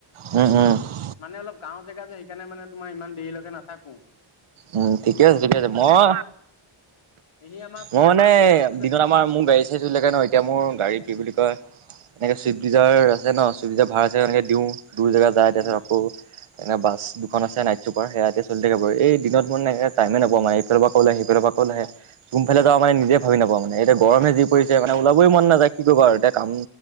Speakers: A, on the right; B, on the left.
A: উম, উম।
B: মানে অলপ গাঁৱ জেগা যে, সেইকাৰণে মানে তোমাৰ ইমান দেৰিলৈকে নাথাকোঁ।
A: উম, ঠিকে আছে- ঠিকে আছে, মই-মই
B: এনেই আমাৰ
A: মানে
B: তোমাৰ দুৰ্গা পূজা
A: দিনত তোমাৰ মোৰ গাড়ী চাৰি ন, এতিয়া মোৰ গাড়ী কি বুলি কয় এনেকে ছুইফট দিজাৰ আছে ন, ছুইফট দিজাৰ ভাৰা ছাৰা এনেকে দিওঁ দুই জেগাত যায়
B: উম
A: তাৰপিছত আকৌ এতিয়া আকৌ এনে বাছ দুখন আছে, নাইট চুপাৰ সেয়া এতিয়া চলি থাকে বাৰু এই দিনত মানে টাইমে নাপাওঁ মানে ইফালৰ পৰা কল আহে, সিফালৰ পৰা কল আহে। কোনফালে যাওঁ মান নিজে ভাবি নাপাও মানে, এতিয়া গৰম যি পৰিছে মানে ওলাবই মন নাযায় কি কৰিব আৰু এতিয়া কাম